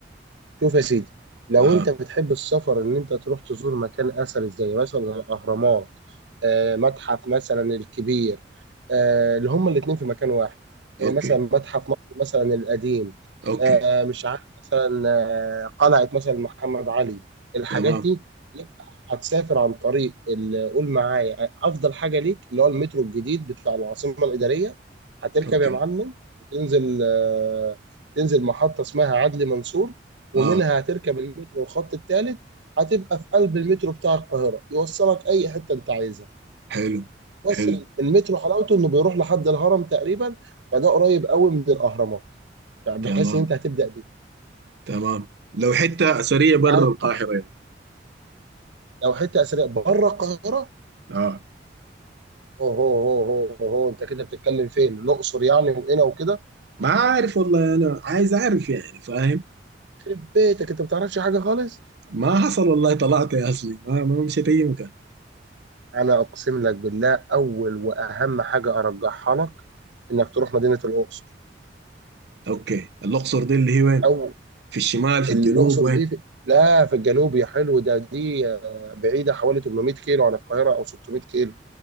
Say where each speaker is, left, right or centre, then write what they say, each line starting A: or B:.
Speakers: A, on the right; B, on the right.
A: شوف يا سيدي لو
B: اها
A: انت بتحب السفر ان انت تروح تزور مكان اثري زي مثلا الاهرامات آه، متحف مثلا الكبير آه، اللي هما الاتنين في مكان واحد آه،
B: اوكي
A: مثلا متحف مصر مثلا القديم
B: اوكي
A: آه، مش عارف مثلا آه، قلعة مثلا محمد علي الحاجات
B: تمام
A: دي يبقى هتسافر عن طريق ال- قول معايا افضل حاجة ليك اللي هو المترو الجديد بتاع العاصمة الإدارية هتركب
B: اوكي
A: يا معلم وتنزل آه، تنزل محطة اسمها عدلي منصور ومنها
B: اه
A: هتركب المترو الخط الثالث هتبقى في قلب المترو بتاع القاهرة يوصلك أي حتة أنت عايزها
B: حلو
A: بس
B: حلو
A: المترو حلاوته إنه بيروح لحد الهرم تقريبا فده قريب قوي من الأهرامات فبحيث
B: تمام
A: إن أنت هتبدأ بيه
B: تمام لو حته اثريه
A: أنت
B: بره
A: عايز-
B: القاهره يعني
A: لو حتة أثرية بره القاهرة
B: اه
A: أوه هو هو هو أنت كده بتتكلم فين؟ الأقصر يعني وهنا وكده
B: ما عارف والله انا عايز اعرف يعني فاهم
A: يخرب بيتك أنت ما بتعرفش حاجة خالص
B: ما حصل والله طلعت يا اصلي ما ما مشيت اي مكان
A: أنا أقسم لك بالله أول وأهم حاجة أرجحها لك إنك تروح مدينة الأقصر
B: اوكي الاقصر دي اللي هي وين
A: أو
B: في الشمال في
A: الأقصر
B: الجنوب وين
A: دي في... لا في الجنوب يا حلو ده دي آه، بعيدة حوالي 800 كيلو عن القاهرة أو 600 كيلو